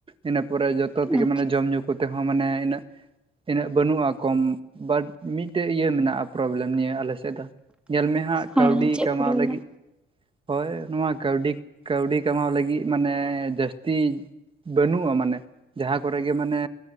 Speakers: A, on the right; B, in the centre.
A: ᱤᱱᱟᱹ ᱯᱚᱨᱮ ᱡᱚᱛᱚ
B: ᱟᱪᱪᱷᱟ
A: ᱛᱮᱜᱮ ᱢᱟᱱᱮ ᱡᱚᱢ ᱧᱩ ᱠᱚᱛᱮ ᱦᱚᱸ ᱢᱟᱱᱮ ᱤᱱᱟᱹᱜ ᱤᱱᱟᱹᱜ ᱵᱟᱹᱱᱩᱜᱼᱟ ᱠᱚᱢ, ᱵᱟᱴ ᱢᱤᱫᱴᱮᱡ ᱤᱭᱟᱹ ᱢᱮᱱᱟᱜᱼᱟ ᱯᱨᱚᱵᱞᱮᱢ ᱱᱤᱭᱟᱹ ᱟᱞ ᱥᱮᱫ ᱫᱚ ᱧᱮᱞ ᱢᱮ ᱦᱟᱸᱜ
B: ᱦᱮᱸ
A: ᱠᱟᱹᱣᱰᱤ
B: ᱪᱮᱫ
A: ᱠᱟᱢᱟᱣ
B: ᱯᱨᱚᱵᱞᱮᱢ
A: ᱞᱟᱹᱜᱤᱫ ᱦᱳᱭ ᱱᱚᱣᱟ ᱠᱟᱹᱣᱰᱤ ᱠᱟᱹᱣᱰᱤ ᱠᱟᱢᱟᱣ ᱞᱟᱹᱜᱤᱫ ᱢᱟᱱᱮ ᱡᱟᱹᱥᱛᱤ ᱵᱟᱹᱱᱩᱜᱼᱟ ᱢᱟᱱᱮ, ᱡᱟᱦᱟᱸ ᱠᱚᱨᱮ ᱜᱮ ᱢᱟᱱᱮ